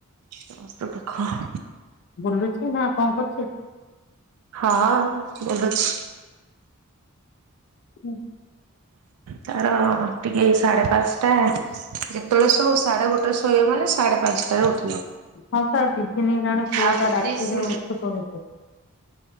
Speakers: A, on the right (about 75°); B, on the left (about 55°).
A: ସମସ୍ତ ଦୁଖଃ
B: ବୁଲୁଛି ନା କଣ କରୁଚି?
A: ହଁ ଅଁ ବୁଲୁଛି।
B: ହୁଁ।
A: ତାର ଟିକେ ସାଢେ ପାଞ୍ଚଟା ଯେତେବେଳେ ଶୋଉ ସାଢ଼େ ଗୋଟେରେ ଶୋଇବା ମାନେ ସାଢେ ପାଞ୍ଚଟ ଟାରେ ଉଠ
B: ହଁ ପା ଦି ଦିନି ହେଲାଣି ପୁଅ
A: ଆଉ
B: ଟା
A: ଯଦି
B: ରାତିରେ
A: ସେ
B: ଉଠି ପଡୁଚି।